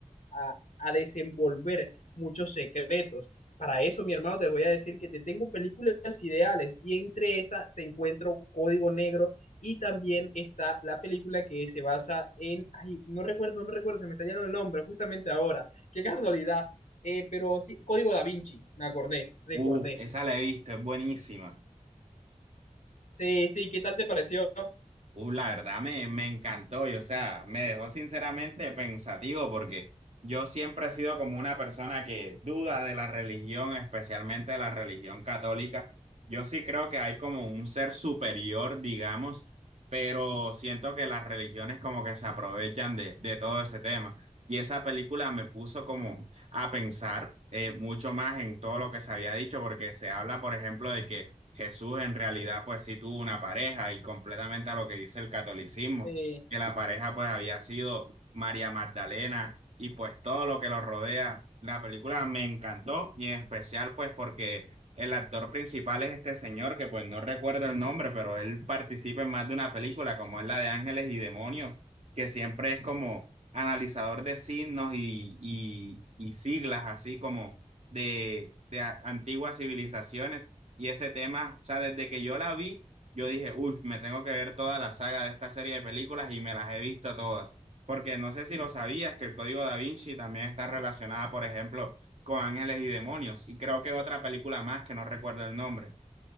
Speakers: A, on the left; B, on the right.
A: a, a desenvolver muchos secretos. Para eso, mi hermano, te voy a decir que te tengo películas ideales y entre esas te encuentro Código Negro y también está la película que se basa en, ay, no recuerdo, no recuerdo, se me está yendo el nombre justamente ahora. Qué casualidad. Eh, pero sí, Código Da Vinci, me acordé, recordé.
B: Uf, esa la he visto, es buenísima.
A: Sí, sí, ¿qué tal te pareció?
B: Uh, la verdad me, me encantó y o sea, me dejó sinceramente pensativo porque yo siempre he sido como una persona que duda de la religión, especialmente de la religión católica. Yo sí creo que hay como un ser superior, digamos, pero siento que las religiones como que se aprovechan de, de todo ese tema. Y esa película me puso como a pensar eh, mucho más en todo lo que se había dicho porque se habla, por ejemplo, de que Jesús en realidad pues sí tuvo una pareja y completamente a lo que dice el catolicismo,
A: Eh,
B: que la pareja pues había sido María Magdalena y pues todo lo que lo rodea. La película me encantó y en especial pues porque el actor principal es este señor que pues no recuerdo el nombre, pero él participa en más de una película como es la de Ángeles y Demonios, que siempre es como analizador de signos y, y, y siglas así como de, de a- antiguas civilizaciones y ese tema, o sea, desde que yo la vi, yo dije, uy, me tengo que ver toda la saga de esta serie de películas y me las he visto todas. Porque no sé si lo sabías, que el Código Da Vinci también está relacionada, por ejemplo, con Ángeles y Demonios. Y creo que otra película más que no recuerdo el nombre.